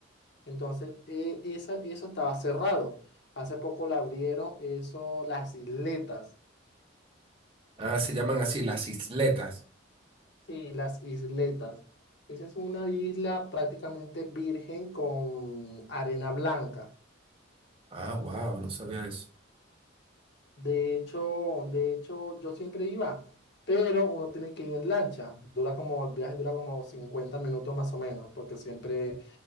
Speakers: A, on the left (about 55°); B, on the right (about 25°).
A: Entonces, eh, esa- eso estaba cerrado. Hace poco la abrieron, eso, las isletas.
B: Ah, se llaman así, las isletas.
A: Sí, las isletas. Esa es una isla prácticamente virgen con arena blanca.
B: Ah, wow, no sabía eso.
A: De hecho, de hecho, yo siempre iba, pero uno tiene que ir en lancha. Dura como, el viaje dura como 50 minutos más o menos, porque siempre